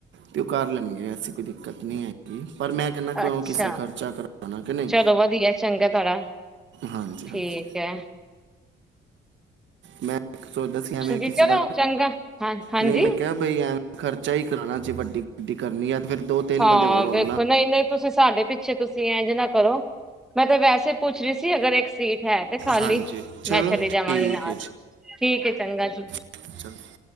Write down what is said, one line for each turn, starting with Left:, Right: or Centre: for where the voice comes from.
Right: ਤੇ ਉਹ ਕਰ ਲੈਣਗੇ ਐਸੀ ਕੋਈ ਦਿੱਕਤ ਨਹੀਂ ਹੈਗੀ, ਪਰ ਮੈਂ। ਕਹਿੰਦਾ ਕਿਉਂ
Centre: ਅੱਛਾ,
Right: ਕਿਸੇ ਦਾ ਖਰਚਾ ਕਰਾਉਣਾ ਕਿ ਨਹੀਂ
Centre: ਚਲੋ ਵਧੀਆ ਚੰਗਾ ਤੁਹਾਡਾ,
Right: ਹਾਂਜੀ
Centre: ਠੀਕ।
Right: ਹਾਂਜੀ
Centre: ਕੈ
Right: ਮੈਂ ਸੋਚਦਾ ਸੀ ਐਵੇਂ
Centre: ਹਾਂਜੀ
Right: ਕਿਸੇ
Centre: ਚਲੋ
Right: ਦਾ
Centre: ਚੰਗਾ ਹਾਂ ਹਾਂਜੀ
Right: ਨਈ ਮੈਂ ਕਿਆ ਬਈ ਐਵੇਂ ਖਰਚਾ ਹੀ ਕਰਾਉਣਾ ਸੀ ਵੱਡੀ ਗੱਡੀ ਕਰਨੀ ਹੈ। ਫੇਰ ਦੋ ਤਿੰਨ
Centre: ਹਾਂ
Right: ਬੰਦੇ ਹੋਰ ਹੋਣ
Centre: ਵੇਖੋ
Right: ਨਾ
Centre: ਨਹੀਂ-ਨਹੀਂ ਤੁਸੀਂ ਸਾਡੇ ਪਿੱਛੇ ਤੁਸੀਂ ਇਝਿ ਨਾ ਕਰੋ ਮੈਂ ਤੇ ਵੈਸੇ ਪੁੱਛ ਰਹੀ ਸੀ ਅਗਰ ਇੱਕ ਸੀਟ ਹੈ। ਤੇ ਖਾਲੀ
Right: ਹਾਂਜੀ ਚਲੋ
Centre: ਮੈਂ ਚਲੀ ਜਾਵਾਂਗੀ
Right: ਠੀਕ
Centre: ਨਾਲ ਠੀਕ ਚੰਗਾ ਜੀ
Right: ???